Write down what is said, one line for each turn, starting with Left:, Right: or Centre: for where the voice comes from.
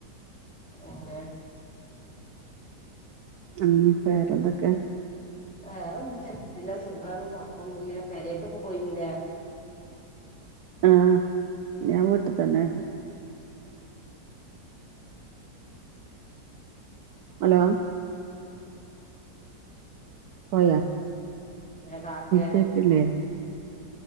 Centre: അതെ
Right: ഉം... വേറെന്തൊക്കെ
Centre: വേറെന്ത്, സുഖാണ് കൊഴപ്പൊന്നില്ല, കരൊക്കൊക്കെ പോയിരുന്നില്ലേ
Right: ആ.. ഞാൻവീട്ടിൽ തന്നെ ഹലോ പോയാ
Centre: കാക്കയെ
Right: കേക്കില്ലേ